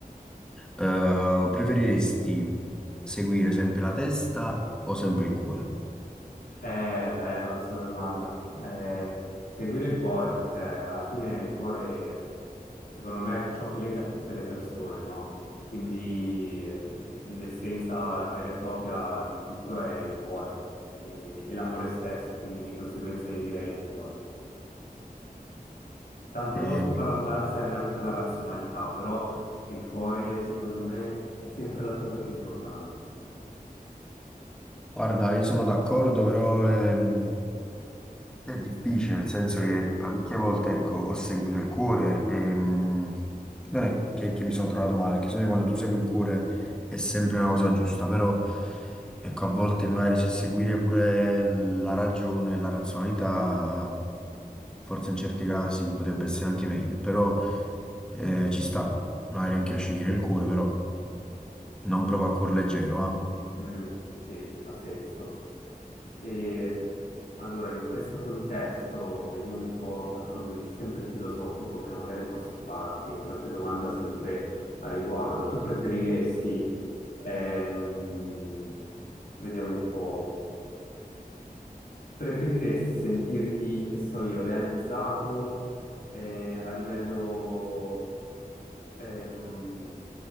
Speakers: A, in the centre; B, on the left.
A: Eh, preferiresti seguire sempre la testa o sempre il cuore?
B: È bella questa domanda. Eh, seguire il cuore, perché alla fine il cuore, secondo me, è ciò che lega tutte le persone, no? Quindi eh, l'essenza vera e propria di tutto è il cuore e, e l'amore stesso, quindi di conseguenza io direi il cuore. Tante
A: Eh,
B: volte la- la- serve anche la razionalità, però il cuore, secondo me, è sempre la cosa più importante.
A: Guarda, io sono d'accordo, però ehm, È difficile, nel senso
B: Eh
A: che
B: sì.
A: parecchie volte, ecco, ho seguito il cuore e mh, non è che, che mi sono trovato male, perché sennò quando tu segui il cuore è sempre una cosa giusta, però ecco, a volte magari se seguire pure la ragione, la razionalità, forse in certi casi potrebbe essere anche meglio, però eh, ci sta, magari anche io scegliere il cuore, però non provo a cuor leggero,
B: Mm, sì, ha senso. E allora, in questo contesto, vediamo un po' qualcosa di sempre filosofico che magari posso farti, qualche domanda sempre a riguardo. Tu preferiresti, ehm, vediamo un po'. Preferiresti sentirti, che so io, realizzato eh, a livello ehm,